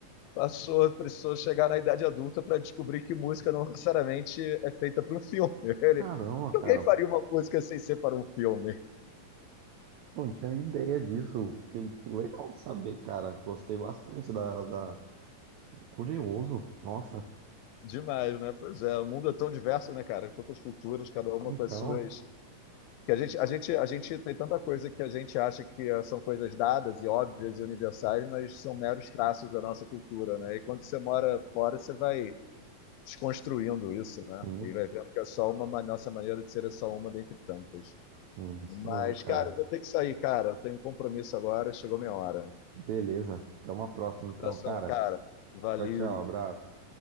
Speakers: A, on the left (about 80°); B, on the right (about 75°).
A: passou, precisou chegar na idade adulta para descobrir que música não necessariamente é feita para um filme. <laughs> Ele,
B: Caramba,
A: por que
B: cara.
A: alguém faria uma música sem ser para um filme?
B: Não tinha ideia disso. Que legal saber, cara. Gostei bastante da, da... Curioso. Nossa.
A: Demais, né? Pois é, o mundo é tão diverso, né, cara? Quantas culturas, cada uma
B: Então,
A: com as suas. Que a gente, a gente, a gente tem tanta coisa que a gente acha que ah, são coisas dadas e óbvias e universais, mas são meros traços da nossa cultura, né? E quando você mora fora, você vai desconstruindo isso, né?
B: sim,
A: E vai vendo que é só uma, ma- nossa maneira de ser é só uma dentre tantas.
B: sim, isso
A: Mas,
B: mesmo, cara.
A: cara, eu vou ter que sair, cara. Tenho um compromisso agora, chegou minha hora. Um
B: Beleza. Até uma próxima, então,
A: abração,
B: cara.
A: cara. Valeu.
B: Tchau, tchau. Abraço.
A: Tchau.